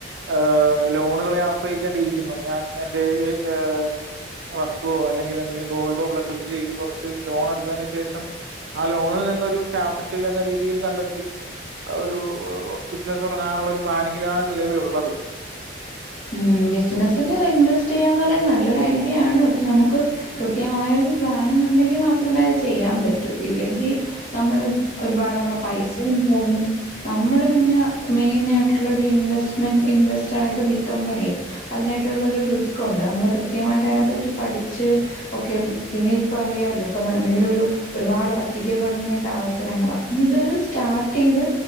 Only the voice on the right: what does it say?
ഏ ലോണുകളെ ആശ്രയിക്കേണ്ടിയിരിക്കുന്നു ഞാൻ എന്റെ ഏ ഏ വസ്തുവോ അല്ലെങ്കിലെ ന്തെങ്കിലും ഗോൾഡോ <unintelligible> ചെയ്ത് കൊറച്ച് ലോണെടുത്തതിന് ശേഷം ആ ലോണിൽ നിന്നൊരു ക്യാപിറ്റൽ എന്ന രീതിയിൽ കണ്ടെത്തി അഒരു ബിസിനസ് തുടങ്ങാനുള്ള ഒരു പ്ലാനിങ്ങിലാണ് നിലവിലുള്ളത്.